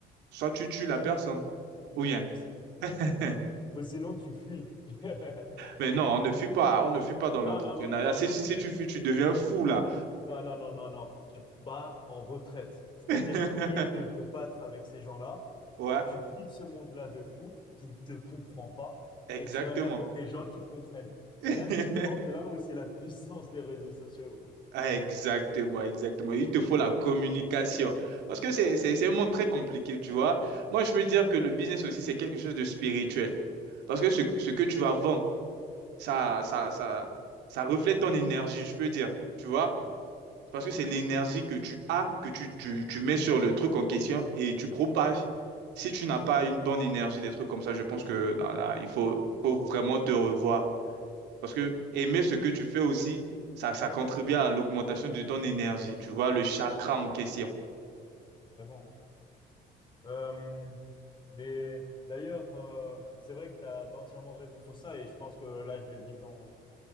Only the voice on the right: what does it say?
soit tu tues la personne, ou bien.
<laughs>
Mais non, on ne fuit pas, on ne fuit pas dans l'entrepreneuriat.
Si,
si tu fuis, tu deviens
fou là.
<laughs>
Ouais,
exactement.
<laughs>
Ah, exactement, exactement. Il te faut la communication. Parce que c'est, c'est, c'est un monde très compliqué, tu vois. Moi, je peux dire que le business aussi, c'est quelque chose de spirituel. Parce que ce, ce que tu vas vendre, ça, ça, ça, ça reflète ton énergie, je peux dire. Tu vois?
Parce que c'est l'énergie que tu as, que tu, tu, tu mets sur le truc en question et tu propages. Si tu n'as pas une bonne énergie, des trucs comme ça, je pense que là, là, il faut, faut vraiment te revoir. Parce que aimer ce que tu fais aussi, ça, ça contribue à l'augmentation de ton énergie, tu vois, le chakra
en question.